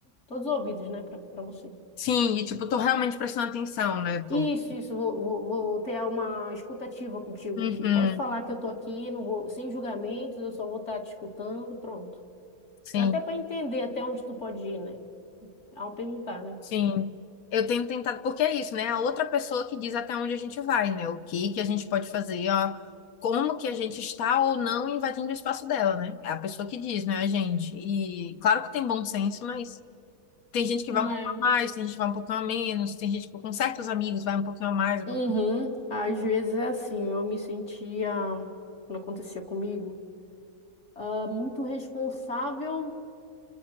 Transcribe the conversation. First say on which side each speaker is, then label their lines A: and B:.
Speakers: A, on the left (about 50°); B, on the left (about 75°).
A: todos os ouvidos, né, pra, pra você.
B: Sim, e tipo, tô realmente prestando atenção, né? Tô...
A: Isso, isso, vou, vou, vou ter uma escutativa contigo
B: Uhum.
A: aqui. Pode falar que eu tô aqui, não vou, sem julgamentos, eu só vou estar te escutando, pronto.
B: Sim,
A: Pra- Até para entender até onde tu pode ir, né? Ao perguntar, né?
B: sim. Eu tenho tentado, porque é isso, né? A outra pessoa que diz até onde a gente vai, né? O que que a gente pode fazer, ó. Como que a gente está ou não invadindo o espaço dela, né? É a pessoa que diz, né, a gente? E claro que tem bom senso, mas Tem gente que
A: Né?
B: vai um pouco a mais, tem gente que vai um pouquinho a menos, tem gente que com certos amigos vai um pouquinho a mais, um
A: Uhum.
B: pouquinho.
A: Às vezes é assim, eu me sentia, quando acontecia comigo, ah, muito responsável